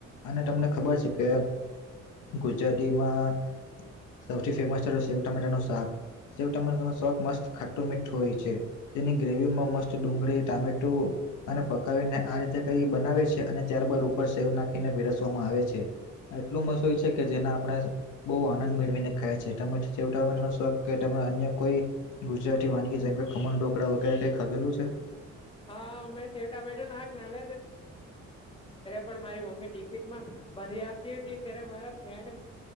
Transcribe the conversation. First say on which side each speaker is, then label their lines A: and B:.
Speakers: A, on the left (about 80°); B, on the left (about 15°).
A: અને તમને ખબર છે કે ગુજરાતીમાં
B: <inaudible>
A: સૌથી ફેમસ છે સેવ ટામેટા નું શાક સેવ ટામેટા નું શાક મસ્ત ખાટું મીઠું હોય છે તેની ગ્રેવીમાં મસ્ત ડુંગળી ટામેટું અને પકાવીને આ રીતે કઈ બનાવે છે અને ત્યારબાદ ઉપર સેવ નાખીને પીરસવામાં આવે છે એટલું મસ્ત હોય છે કે જેના આપણે બો આ આનંદ મેળવીને <unintelligible> છે <unintelligible> અન્ય કોઈ ગુજરાતી વાનગી જેમ ખમન ઢોકળા વગેરે કઈ ખાધેલું છે
B: હા મેં સેવ ટામેટો <inaudible> જય્યારે પણ મારી મમ્મી ટિફિન માં બંધી આપતી હતી ત્યારે મારા ફ્રેન્ડ